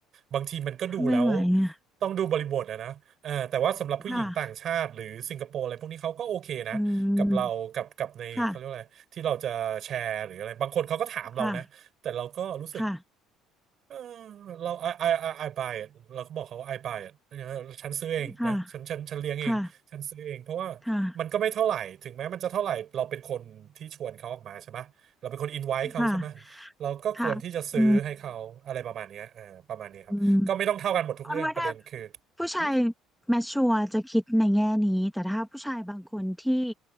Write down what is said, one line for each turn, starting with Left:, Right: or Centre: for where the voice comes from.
Right: บางทีมันก็ดูแล้ว
Centre: ไม่ไหวอ่ะ
Right: ต้องดูบริบทอะนะเออแต่ว่าสำหรับผู้หญิงต่างชาติหรือสิงคโปร์อะไรพวกนี้เขาก็โอเคนะกับเรากับกับในเขาเรียกว่าอะไรที่เราจะแชร์หรืออะไรบางคนเขาก็ถามเรานะแต่เราก็รู้สึก
Centre: ค่ะอืมค่ะค่ะค่ะ
Right: เออเรา I I I I buy it เราก็บอกเขาว่า I buy it ฉันซื้อเองนะฉันฉันฉันเลี้ยงเองฉันซื้อเอง
Centre: ค่ะค่ะ
Right: เพราะว่า
Centre: ค่ะ
Right: มันก็ไม่เท่าไหร่ ถึงแม้มันจะเท่าไหร่เราเป็นคนที่ชวนเขาออกมาใช่ไหมเราเป็นคนอินไว e เขาใช่ไหม
Centre: ค่ะ
Right: เราก็ควรที่จะซื้อให้เขาอะไรประมาณเนี้ยเออประมาณนี้ครับก็ไม่ต้องเท่ากันหมดทุกเรื่อง
Centre: ค่ะอืม คนว่าถ้า
Right: ประเด็นคือ
Centre: ผู้ชาย
Right: หึ
Centre: แมชชัวรจะคิดในแง่นี้แต่ถ้าผู้ชายบางคนที่